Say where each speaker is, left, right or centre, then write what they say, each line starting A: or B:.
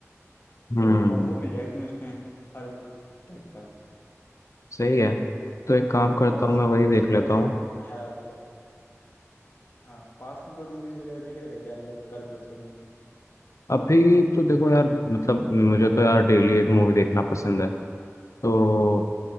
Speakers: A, on the left; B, on the left.
A: हम्म
B: तो कॉम्बो मिल जाएगा तुम्हें उसमें हर टाइप का
A: सही है तो एक काम
B: और
A: करता हूँ
B: उससे
A: मैं वही देख
B: से-
A: लेता
B: पहले
A: हूँ
B: क्या मतलब हाँ पास्ट में कोई मूवीज वगैरह देख रहे थे क्या मतलब कल परसों में
A: अभी तो देखो यार मतलब मुझे तो यार डेली एक मूवी देखना पसंद है तो